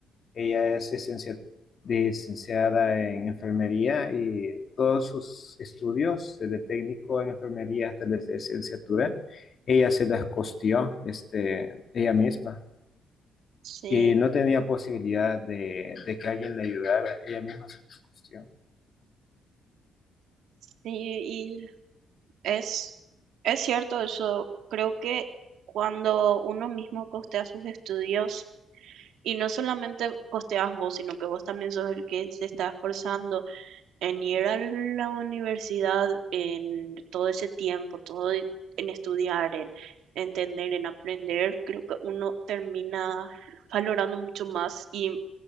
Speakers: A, on the left; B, on the right.
A: Ella es licencia- licenciada en enfermería y todos sus estudios, desde técnico en enfermería hasta la licenciatura, ella se las costeó, este, ella misma.
B: Sí,
A: Y no tenía posibilidad de, de que alguien le ayudara, ella misma se las costeó.
B: sí, y es, es cierto eso. Creo que cuando uno mismo costea sus estudios, y no solamente costeas vos, sino que vos también sos el que se está esforzando en ir a la universidad, en todo ese tiempo, todo e- en estudiar, en entender, en aprender, creo que uno termina valorando mucho más y